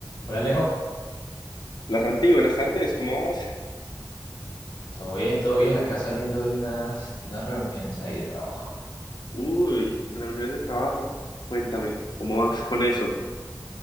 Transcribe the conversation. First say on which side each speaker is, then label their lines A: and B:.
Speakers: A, on the left; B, on the left.
A: Hola Alejo,
B: La Santi, buenas tardes, ¿cómo vas?
A: todo bien, todo bien, acá saliendo de unas, de unas reuniones ahí de trabajo.
B: Uy, reuniones de trabajo. Cuéntame, ¿cómo vas con eso?